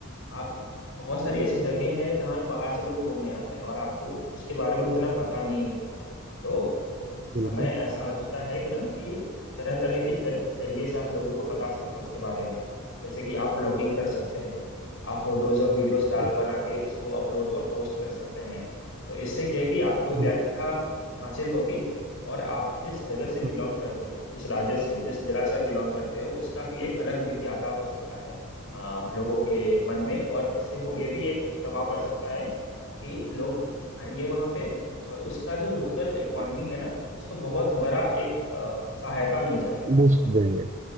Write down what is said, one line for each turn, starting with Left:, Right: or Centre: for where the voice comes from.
Left: आप बहुत सारी ऐसी जगह हैं जहाँ बाहर से लोग घूमने आते हैं और आपको उसके बारे में उतना पता नहीं है तो समय
Right: बिल्कुल
Left: ऐसा आ चुका है कि ना कि तरह तरह के जर- जरिए से आप लोगों को बता सकते हो उसके बारे में जैसे कि आप ब्लॉगिंग कर सकते हैं आप फोटोज और वीडियोस डाल
Right: हाँ
Left: बना के उसको अपलोड और पोस्ट कर सकते हैं तो इससे क्या है कि आपको भी
Right: बिल्कुल
Left: व्याख्या हासिल होगी और आप जिस जगह से बिलोंग
Right: हाँ
Left: करते हो जिस राज्य से जिस जिला से बिलोंग करते हो उसका भी एक अलग विख्याता हो सकता है आ, लोगों के मन में और इससे हो ये भी एक प्रभाव पड़ सकता है कि लोग आएंगे वहां पे और उसका जो लोकल इकोनॉमी
Right: हाँ
Left: है ना उसको बहुत बड़ा एक अ, सहायता मिल जाएगा
Right: बूस्ट देंगे